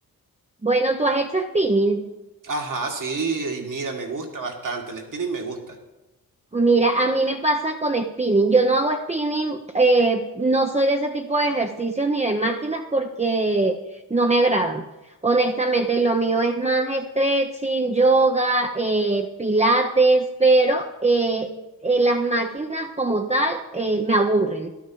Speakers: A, on the right; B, on the right.
A: Bueno, tú has hecho spinning.
B: Ajá, sí, y mira, me gusta bastante, el spinning me gusta.
A: Mira, a mí me pasa con spinning. Yo no hago spinning, eh, no soy de ese tipo de ejercicios ni de máquinas porque no me agradan. Honestamente, lo mío es más stretching, yoga, eh, pilates, pero eh, eh, las máquinas como tal eh, me aburren.